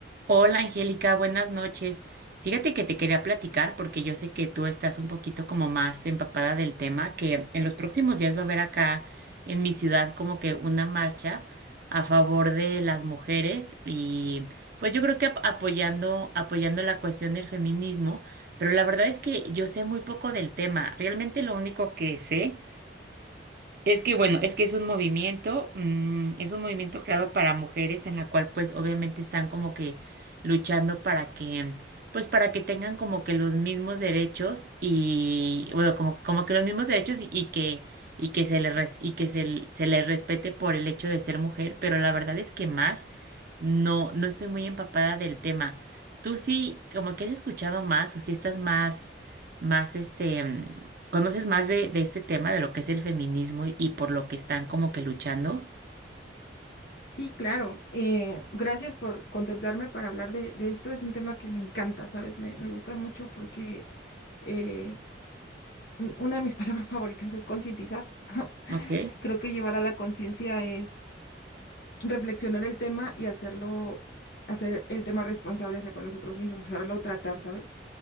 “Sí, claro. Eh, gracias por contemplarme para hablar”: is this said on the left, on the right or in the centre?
Left